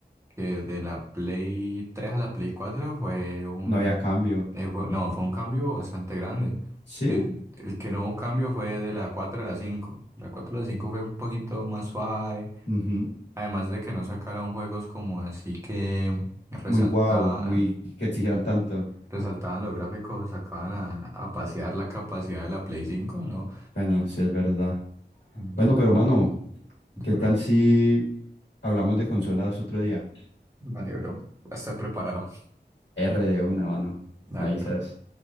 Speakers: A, on the right; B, on the left.
A: que de la Play 3 a la Play 4 fue un
B: no había cambio.
A: eh, fue- no, fue un cambio bastante grande.
B: Sí.
A: El, el que no hubo cambio fue de la 4 a la cinco La 4 a la 5 fue un poquito más suave,
B: Ujú.
A: además de que no sacaron juegos como así que resalta
B: muy guau, muy que exigieran tanto.
A: resaltaban los gráficos, sacaban a, a pasear la capacidad de la Play cinco ¿no?
B: Bueno, sí es verdad.
A: Mm,
B: Bueno,
A: Yo creo.
B: pero mano,
A: Dios
B: ¿qué tal
A: mío.
B: si hablamos de consolas otro día?
A: Vale, bro. Va a estar preparado.
B: R de una, mano.
A: Dale,
B: Me avisas.
A: bro.